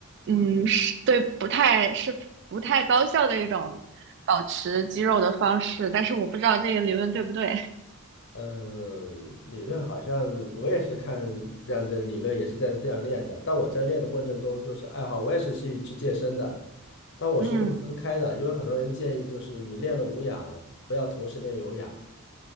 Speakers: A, on the right; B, on the left.
A: 嗯是对不太是不太高效的一种保持肌肉的方式，但是我不知道这个理论对不对。
B: 嗯，理论好像我也是看这样的理论，也是在这样练的。但我在练的过程中，就是爱好，我也是去去健身的。但我是会分开的，
A: 嗯，
B: 因为很多人建议就是你练了无氧，不要同时练有氧